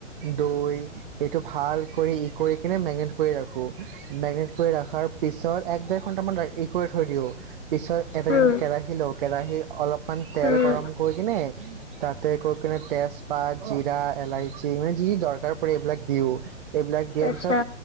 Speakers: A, on the right (about 45°); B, on the left (about 80°).
A: দৈ এইটো ভাল কৰি ই কৰি কেনে মেগনেট কৰি ৰাখো। মেগনেট কৰি ৰাখাৰ পিছত এক দেৰ ঘন্টামান ই কৰি থৈ দিও। পিছত এটা
B: হুম,
A: কিন্তু কেৰাহি লওঁ কেৰাহি অলপমান তেল
B: হুম,
A: গৰম কৰি কেনে তাতে <unintelligible> কেনে তেজপাত, জিৰা, এলাইচি মানে যি দৰকাৰ এইবিলাক দিও, এইবিলাক দিয়াৰ
B: আচ্ছা।
A: পিছত